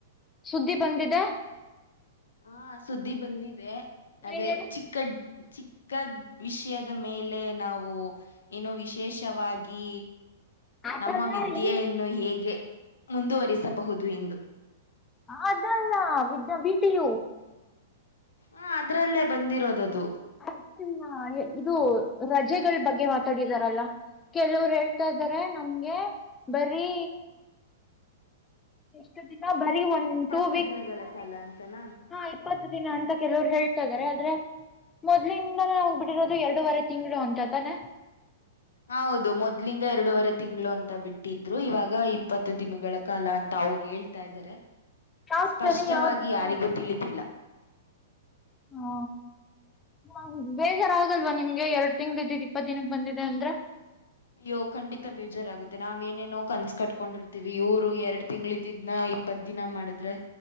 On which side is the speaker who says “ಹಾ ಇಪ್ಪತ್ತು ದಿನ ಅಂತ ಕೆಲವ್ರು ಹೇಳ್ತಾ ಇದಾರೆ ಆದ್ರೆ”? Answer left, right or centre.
Left